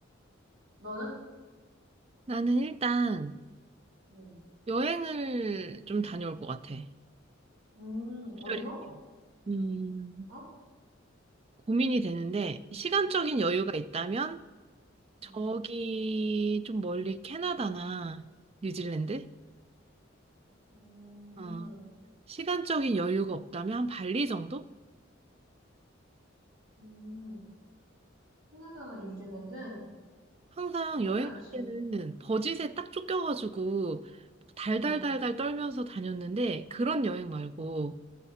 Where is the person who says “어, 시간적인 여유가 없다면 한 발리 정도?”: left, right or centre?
Right